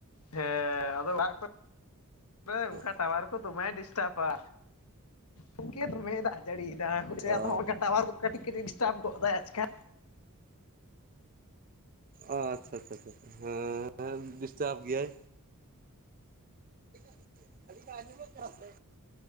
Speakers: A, on the left; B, on the right.
A: ᱦᱮᱸ ᱟᱫᱚ ᱚᱲᱟᱜ ᱠᱚᱨᱮ ᱚᱱᱠᱟ
B: ᱚ
A: ᱴᱟᱣᱟᱨ ᱠᱚ ᱫᱚᱢᱟᱭ ᱰᱤᱥ ᱴᱟᱯᱟ ᱜᱚᱢᱠᱮ ᱫᱚᱢᱮ ᱫᱟᱜ ᱡᱟᱹᱲᱤᱭ ᱫᱟ ᱦᱳᱭᱥᱮ ᱟᱫᱚ
B: ᱚ
A: ᱦᱚᱝᱠᱟ ᱠᱟᱴᱟᱣᱟᱨ ᱠᱟᱹᱴᱤᱡ ᱠᱟᱹᱴᱤᱡ ᱰᱤᱥᱴᱟᱵ ᱜᱚᱫᱟᱭ ᱟᱪᱠᱟ᱾
B: ᱚ ᱟᱪᱪᱷᱟ ᱟᱪᱪᱷᱟ ᱟᱪᱪᱷᱟ ᱦᱮᱸ ᱰᱤᱥᱴᱟᱵᱽ ᱜᱮᱭᱟᱭ᱾ <unintelligible> ᱟᱹᱞᱤᱧᱟᱜ ᱟᱡᱚᱢ ᱠᱟᱱᱟ ᱥᱮ?